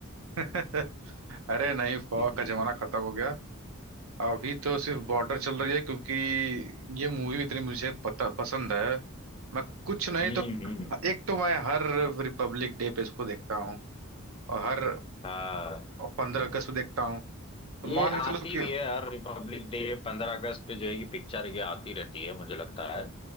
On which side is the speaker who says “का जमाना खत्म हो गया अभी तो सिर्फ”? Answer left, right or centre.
Right